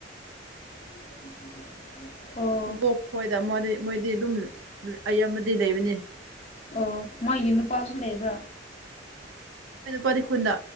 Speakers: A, on the left; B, on the right.
A: <unintelligible> ꯑꯣ
B: ꯑꯕꯣꯛ ꯈꯣꯏꯗ ꯃꯥꯗꯤ ꯃꯣꯏꯗꯤ ꯑꯗꯨꯝ ꯑꯌꯥꯝꯕꯗꯤ ꯂꯩꯕꯅꯦ꯫
A: ꯑꯣ ꯃꯥꯒꯤ ꯅꯨꯄꯥꯁꯨ ꯂꯩꯕ꯭ꯔꯥ꯫
B: ꯃꯥꯏ ꯅꯨꯄꯥꯗꯤ꯫ ꯈꯨꯟꯗ